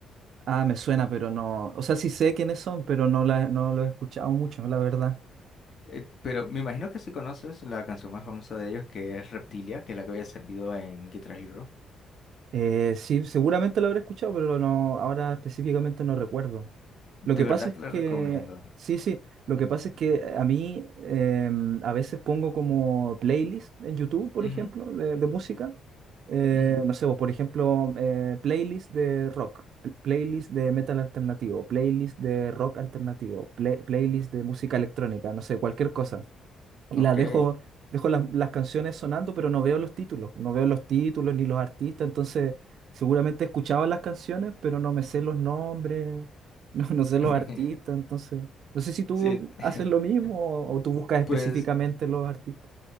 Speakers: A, on the right; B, on the left.
A: ah, me suena, pero no. O sea, sí sé quiénes son, pero no, la, no los he escuchado mucho, la verdad.
B: Eh, pero me imagino que si conoces la canción más famosa de ellos que es Reptilia, que es la que había salido en Guitar Hero.
A: Eh, sí, seguramente lo habré escuchado, pero no, ahora específicamente no recuerdo.
B: De
A: Lo que
B: verdad
A: pasa es
B: te la
A: que,
B: recomiendo.
A: sí, sí, lo que pasa es que a mí em, a veces pongo como playlist en YouTube, por
B: Ujú,
A: ejemplo, de, de música. Eh,
B: ujú.
A: no sé, o por ejemplo, eh, playlist de rock, pl- playlist de metal alternativo, playlist de rock alternativo, play- playlist de música electrónica, no sé, cualquier cosa y
B: Ok.
A: las dejo, dejo las, las canciones sonando, pero no veo los títulos, no veo los títulos ni los artistas, entonces seguramente he escuchado las canciones, pero no me sé los nombres, <laughs> no, no sé los
B: <laughs>
A: artistas, entonces no sé si tú
B: Sí, <laughs>
A: haces lo mismo o, o tú buscas específicamente
B: pues
A: los artistas.